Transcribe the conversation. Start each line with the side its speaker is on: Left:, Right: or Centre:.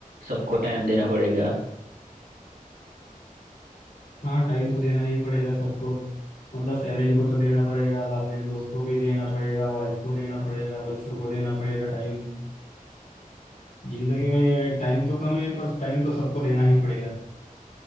Right: सबको टाइम देना पड़ेगा
Left: हाँ टाइम तो देना ही पड़ेगा सबको मतलब फैमिली को तो देना पड़ेगा बाद में दोस्त को भी देना पड़ेगा वाइफ को देना पड़ेगा बच्चों को देना पड़ेगा टाइम जिंदगी में टाइम तो कम है पर टाइम तो सबको देना ही पड़ेगा